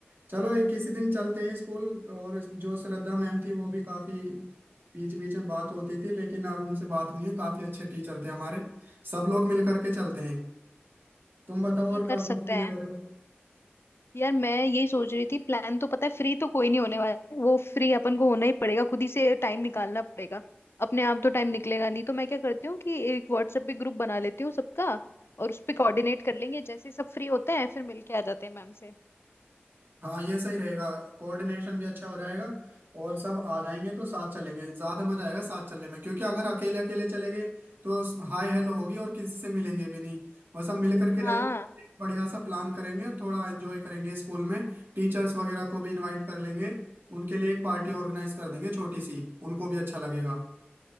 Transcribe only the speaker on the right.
चलो एक किसी दिन चलते हैं स्कूल और जो श्रद्धा मैम थी वो भी काफी बीच बीच में बात होती थी लेकिन अब उनसे बात नहीं हुई काफी अच्छे टीचर थे हमारे सब लोग मिल करके चलते हैं तुम बताओ
और
कब
फ्री हो रहे हो
हाँ ये सही रहेगा कोऑर्डिनेशन भी अच्छा हो जाएगा और सब आ जाएंगे तो साथ चलेंगे ज्यादा मजा आएगा साथ चलने में क्योंकि अगर अकेले अकेले चले गए तो हाय हेलो होगी और किसी से मिलेंगे भी नहीं और सब मिल करके
जाएंगे एक बढ़िया सा प्लान करेंगे थोड़ा एंजॉय करेंगे स्कूल में टीचर्स वगैरह को भी इनवाइट कर लेंगे उनके लिए एक पार्टी ऑर्गेनाइज कर देंगे छोटी सी उनको भी अच्छा लगेगा